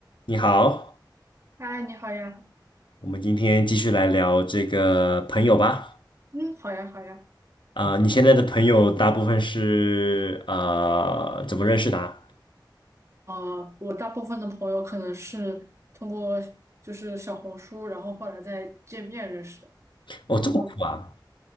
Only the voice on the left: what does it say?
你好，
我们今天继续来聊这个朋友吧。
啊、你现在的朋友大部分是呃怎么认识的啊？
哦，
这么酷啊！